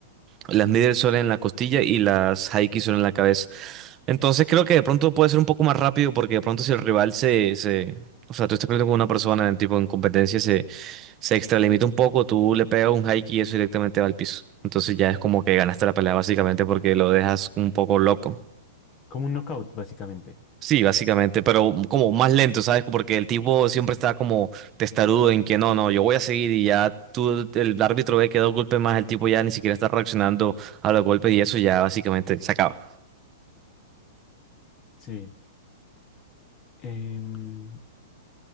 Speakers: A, on the right; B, on the left.
A: Las middle son en la costilla y las High kick son en la cabeza. Entonces creo que de pronto puede ser un poco más rápido porque de pronto si el rival se, se- o sea, tú estás peleando con una persona en tipo en competencia se, se extralimita un poco, tú le pegas un high kick y eso directamente va al piso. Entonces ya es como que ganaste la pelea básicamente porque lo dejas un poco loco.
B: Como un knockout, básicamente.
A: Sí, básicamente, pero como más lento, ¿sabes? Porque el tipo siempre está como testarudo en que no, no, yo voy a seguir y ya tú, el árbitro ve que dos golpes más, el tipo ya ni siquiera está reaccionando a los golpes y eso ya básicamente se acaba.
B: Sí. Em,